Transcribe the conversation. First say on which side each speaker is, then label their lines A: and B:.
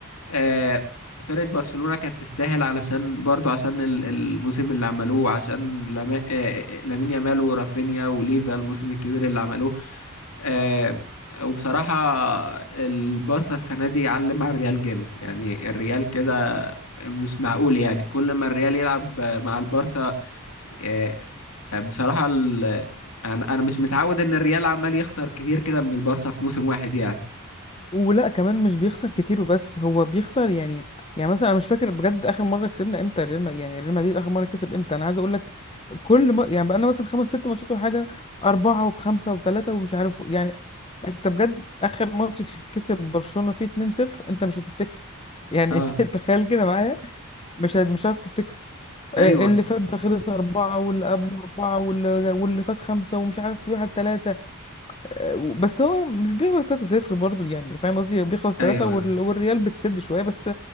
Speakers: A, on the left; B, on the left.
A: آه فرقة برشلونة كانت تستاهل علشان برضو عشان ال- الموسم اللي عملوه عشان لما... آه آه، لامين يامال ورافينيا وليفا الموسم الكبير اللي عملوه آه، وبصراحة البارسا السنة دي علم على الريال جامد يعني الريال كده مش معقول يعني كل ما الريال يلعب مع البارسا آه، بصراحة ال... انا انا مش متعود ان الريال عمال يخسر كتير كده من البارسا في موسم واحد يعني
B: ولا كمان مش بيخسر كتير وبس هو بيخسر يعني يعني مثلا أنا مش فاكر بجد آخر مرة كسبنا إمتى ريال ما- يعني ريال مدريد آخر مرة كسب إمتى أنا عايز أقول لك كل ما يعني بقى لنا مثلا خمس ست ماتشات ولا حاجة أربعة وبخمسة وبثلاثة ومش عارف يعني انت بجد اخر ماتش كسب برشلونه فيه 2-0 انت مش هتفتكر يعني
A: اه
B: <laughs> تخيل كده معايا مش هت- مش هتعرف تفتكره آه،
A: ايوه
B: اللي فات ده خلص أربعة واللي قبله أربعة واللي, واللي فات خمسة ومش عارف في واحد تلاتة آه، بس هو مش بيخلص تلاتة صفر برضه يعني فاهم قصدي بيخلص تلاتة
A: ايوه
B: وال-
A: ايوه
B: والريال بتسد شوية بس